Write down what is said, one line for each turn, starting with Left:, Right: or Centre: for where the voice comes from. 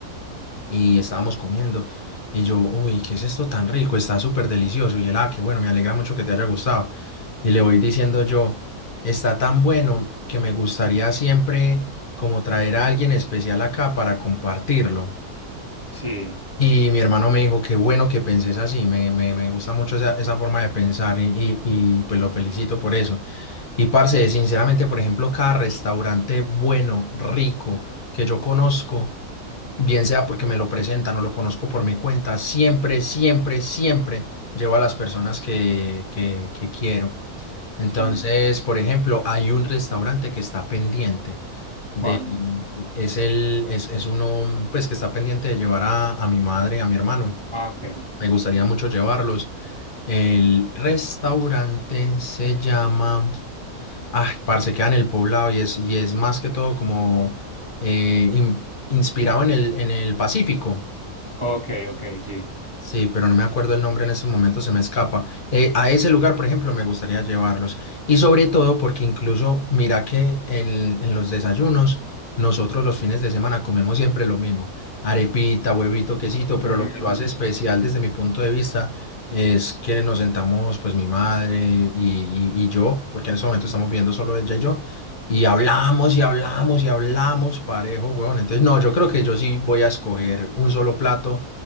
Left: y estábamos comiendo. Y yo, uy, ¿qué es esto tan rico? Está súper delicioso. Y él, ah, qué bueno, me alegra mucho que te haya gustado. Y le voy diciendo yo, está tan bueno que me gustaría siempre como traer a alguien especial acá para compartirlo.
Right: Sí,
Left: Y mi hermano me dijo, qué bueno que penses así, me, me, me gusta mucho esa, esa forma de pensar y, y, y pues lo felicito por eso. Y parce, sinceramente, por ejemplo, cada restaurante bueno, rico, que yo conozco, bien sea porque me lo presentan o lo conozco por mi cuenta, siempre, siempre, siempre llevo a las personas que, que, que quiero. Entonces,
Right: sí.
Left: por ejemplo, hay un restaurante que está pendiente
Right: ¿Cuál?
Left: de, es el, es, es uno, pues, que está pendiente de llevar a, a mi madre, a mi hermano.
Right: Ah, ok.
Left: Me gustaría mucho llevarlos. El restaurante se llama... Ah, parce, queda en el poblado y es, y es más que todo como eh, in- inspirado en el, en el Pacífico.
Right: Ok, ok, sí.
Left: Sí, pero no me acuerdo el nombre en estos momentos, se me escapa. Eh, a ese lugar, por ejemplo, me gustaría llevarlos. Y sobre todo porque incluso, mira que en, en los desayunos, nosotros los fines de semana comemos siempre lo mismo, arepita, huevito, quesito,
Right: Ujú.
Left: pero lo Ujú. que lo hace especial desde mi punto de vista es que nos sentamos, pues mi madre y, y- y yo, porque en este momento estamos viendo solo ella y yo, y hablamos y hablamos y hablamos parejo, huevón. Entonces, no, yo creo que yo sí voy a escoger un solo plato